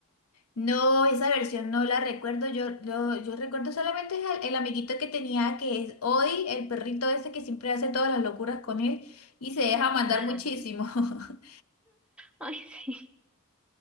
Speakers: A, on the left (about 75°); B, in the centre.
A: No, esa versión no la recuerdo. Yo, yo, yo recuerdo solamente al- el amiguito que tenía, que es hoy el perrito ese que siempre hace todas las locuras con él y se deja mandar
B: Ajá.
A: muchísimo. <laughs>
B: <laughs> Ay, sí,